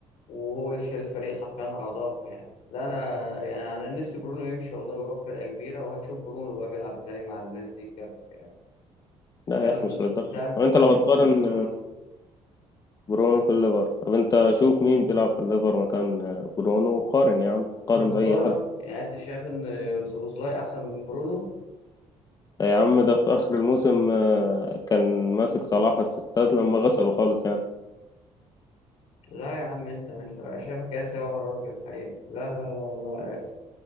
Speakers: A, on the left; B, on the left.
A: وهو اللي شايل الفريق حرفيا على ظهره يعني لا انا يعني انا نفسي برونو يمشي والله ويروح فرقه كبيره وهتشوف برونو بقى بيلعب ازاي مع الناس دي بجد يعني
B: لا
A: تخيل
B: يا اخي مش للدرجة
A: تخيل
B: طب انت
A: برونو
B: لو هتقارن
A: في ليفر مثلا
B: برونو في الليفر طب انت شوف مين بيلعب في الليفر مكان برونو وقارن يا عم قارن
A: سوبوزلاي
B: بأي حد
A: يعني انت شايف ان سوبوزلاي احسن من برونو
B: يا عم ده في آخر الموسم آه، كان ماسك صلاح اسيستات لما غسله خالص يعني
A: لا يا عم انت مش أنا شايفك يا سوا الراجل الحقيقه لا لا لا لا يا أسطى.